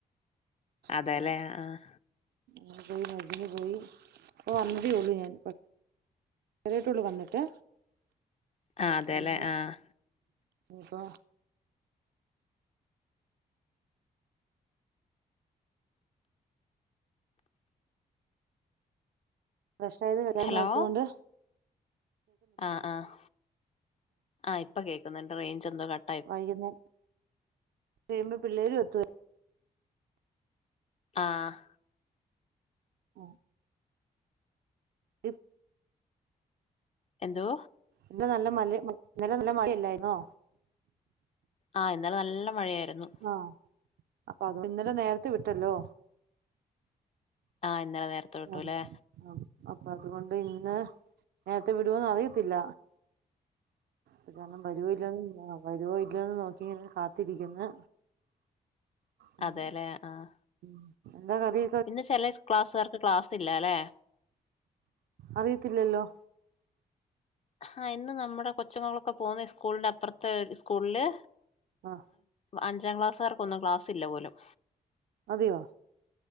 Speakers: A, on the left; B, on the right.
A: അതെല്ലേ
B: അപ്പം
A: ആഹ്
B: മമ്മിക്ക് മരുന്നിനു പോയി ഇപ്പൊ വന്നതേ ഉള്ളൂ ഞാൻ നേരിട്ടുള്ളു വന്നിട്ട്
A: ആഹ് അതെല്ലേ
B: വന്ന്
A: ആഹ്
B: ഇപ്പൊ ഫ്രഷ ആയത് വരാന്നോർത്തൊണ്ട്
A: ഹലോ ആഹ് ആഹ് ആഹ് ഇപ്പൊ കേൾക്കുന്നുണ്ട് റേഞ്ച് എന്തോ കട്ട
B: വൈകുന്നേ കഴിയുമ്പോ പിള്ളേരും എത്തു
A: ആഹ്
B: ഓ <unintelligible>
A: എന്തോ
B: ഇന്ന് നല്ല മ ഇന്നലെ നല്ല മഴല്ലായിരുന്നോ?
A: ആഹ് ഇന്നലെ നല്ല മഴയായിരുന്നു
B: ആഹ് അപ്പ അഹ് ഇന്നലെ നേരത്തെ വിട്ടല്ലോ
A: ആഹ് ഇന്നലെ നേരത്തെ വിട്ടുല്ലേ
B: ആഹ് ആഹ് അപ്പൊ അതുകൊണ്ട് ഇന്ന് നേരത്തെ വിടുമന്ന് അറിയത്തില്ല ആഹ് വരുവോ ഇല്ലയൊന്ന് വരുവോ ഇല്ലയോന്ന് നോക്കി ഞാൻ ഇങ്ങനെ കാത്തിരിക്കുന്ന് ഉം
A: അതെല്ലേ ആഹ്
B: ഉം എന്താ കറി?
A: ഇന്ന് ചില ക്ലാസ്സുകാർക്ക് ക്ലാസ് ഇല്ല അല്ലെ?
B: അറിയത്തില്ലല്ലോ
A: ആഹ ഇന്ന് നമ്മുടെ കൊച്ചങ്ങോളൊക്കെ പോകുന്ന സ്കൂളിന്റെ അപ്പുറത്തെ സ്കൂളില്
B: ആഹ
A: അഞ്ചാം ക്ലാസ്സുകാർക്കൊന്നും ക്ലാസ് ഇല്ല പോലും
B: അതെയോ